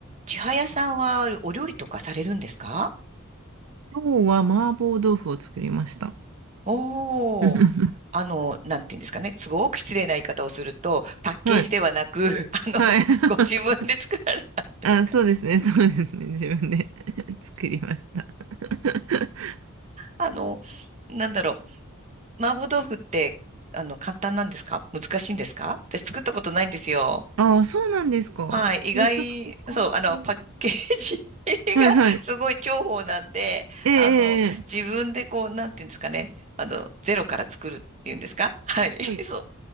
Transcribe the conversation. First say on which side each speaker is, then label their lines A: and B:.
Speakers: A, on the right (about 35°); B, on the right (about 70°).
A: 千早さんはお料理とかされるんですか
B: 今日は麻婆豆腐を作りました。
A: おー。
B: <laughs>
A: あの、なんていうんですかね。すごく失礼な言い方をすると、パッケージではなく、
B: はい。
A: <laughs> あの、
B: はい。
A: ご、ご自分で作られたんですか
B: <laughs> あ、そうですね。そうですね。自分で <laughs> 作りました。<laughs>
A: あの、なんだろう。麻婆豆腐って、あの、簡単なんですか難しいんですか私作ったことないんですよ。
B: ああ、そうなんですか。
A: はい。意外、
B: めちゃくちゃ簡単ですね。
A: そう、あの、パッケージ <laughs>
B: はいはい。
A: がすごい重宝なんで、
B: えええええ
A: あの、自分でこう、なんていうんですかね。あの、ゼロから作るっていうんですかはい。<laughs>
B: えはい。
A: そ